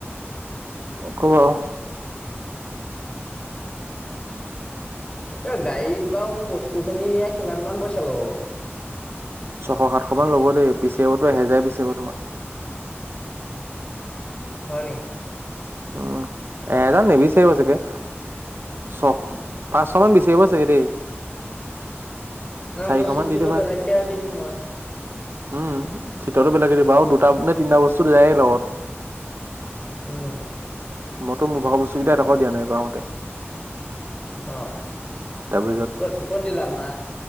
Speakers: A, on the right; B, on the left.
A: কব
B: এ গাড়ীত বাৰু মোৰ বস্তু খিনি নিয়া কিমান মান পইচা ল'ব বাউ
A: ছশ সাতশ মান ল'ব দেই বিচাৰিবতো এহেজাৰ বিচাৰিব তোমাৰ
B: হয়নি
A: উম এহেজাৰ নিবিচাৰিব চাগে ছশ পাঁচশ মান বিচাৰিব চাগে দেই
B: ন
A: চাৰিশ
B: মোৰ চিটটোতো
A: মান দি দিবা
B: বেলেগকে দিম মই
A: উম চিটৰতো বেলেগে দিবা আৰু দুটা নে তিনিটা বস্তু যায় লগত
B: উম
A: মইতো মোৰ ভাগৰ বস্তুকেইটা এটকাও দিয়া নাই বাওঁ আহোঁতে
B: অ
A: তাৰপিছত
B: কত কত দিলা মা